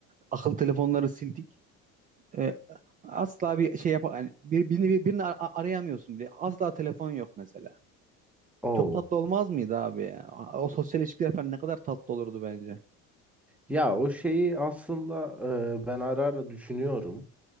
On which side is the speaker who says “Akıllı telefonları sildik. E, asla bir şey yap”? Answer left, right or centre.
Right